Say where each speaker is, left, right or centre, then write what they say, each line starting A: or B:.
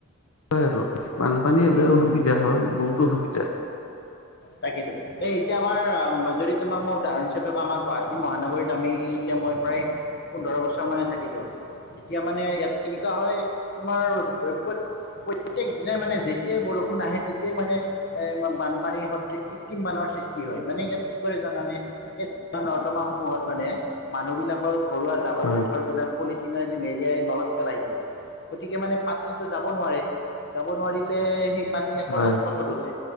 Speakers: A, on the left; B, on the left.
A: হয় আৰু বানপানী হ'লে
B: উম উম
A: অসুবিধা হয়। বহুত অসুবিধা।
B: তাকেই তো এই এতিয়া আমাৰ যদি তোমাক মই উদাহৰণ হিচাপে কওঁ আমাৰ গুৱাহাটী মহানগৰীত আমি এতিয়া মই প্ৰায় পোন্ধৰ বছৰ মানে থাকিলোঁ। এতিয়া মানে ইয়াত এনেকুৱা হয়, তোমাৰ প্ৰতে প্ৰত্যেক দিনাই মানে যেতিয়াই বৰষুণ আহে, তেতিয়াই মানে এ বানপানী হ কৃত্ৰিম বানৰ সৃষ্টি হয়, মানে ইয়াত কি কৰে জানানে? নলা নৰ্দমা সমূহত মানে মানুহবিলাকৰ ঘৰুৱা জাবৰ
A: হয়
B: জোঁথৰ বিলাক পলিথিনৰ দি মেৰিয়াই নলত পেলাই দিয়ে গতিকে মানে পানীটো যাব নোৱাৰে যাব নোৱাৰিলে পানী আকৌ
A: হয়
B: ৰাজপথত উঠে